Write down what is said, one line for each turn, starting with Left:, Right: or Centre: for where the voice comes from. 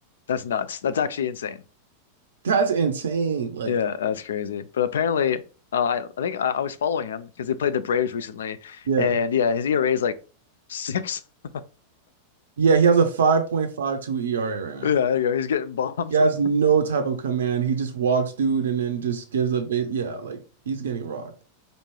Left: That's nuts. That's actually insane.
Right: That's insane. Like,
Left: Yeah, that's crazy. But apparently, uh, I I think I, I was following him because he played the Braves recently,
Right: yeah.
Left: and yeah, his ERA is like six. <laughs>
Right: Yeah, he has a 5.52 ERA right now.
Left: Yeah, there you know, he's getting bombed.
Right: He has no
Left: <laughs>
Right: type of command. He just walks dude and then just gives a bit. Yeah, like he's getting rocked.